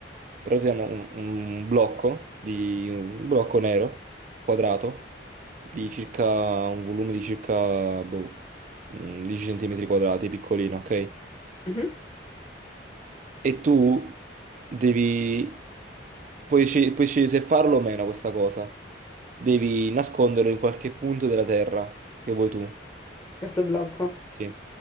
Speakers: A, on the right (about 45°); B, on the left (about 15°).
A: però ti danno un, un blocco di un blocco nero quadrato di circa un volume di circa boh, mm, 10 centimetri quadrati, piccolino, ok?
B: Mhm,
A: e tu devi, puoi, sceg- puoi scegliere se farlo o meno questa cosa. Devi nasconderlo in qualche punto della terra che vuoi tu.
B: Questo blocco.
A: Sì.